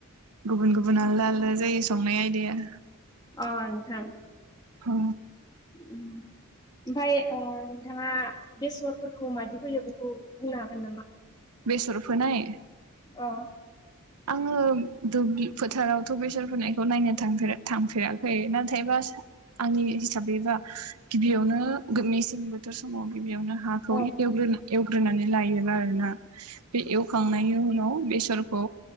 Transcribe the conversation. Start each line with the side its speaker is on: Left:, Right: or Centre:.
Right: गुबुन गुबुन आलदा आलदा जायो संनाय आयदाया।
Left: अ नोंथां।
Right: औ।
Left: उम ओमफाय ओह नोंथाङा बेसरफोरखौ मादि होयो बेखौ बुंनो हागोन नामा?
Right: बेसर फोनाय?
Left: औ।
Right: आङो दुब्लि फोथारावथ' बेसर फोनायखौ नायनो थांफेरा थांफेरा फोयो नाथायबा सा आंनि हिसाबैबा गिबियावनो गो मेसें बोथोर समाव गिबियावनो हाखौ
Left: अ
Right: एवग्रोना एवग्रो ग्रोनानै लायो आरोना बे एवखांनायनि उनाव बेसरखौ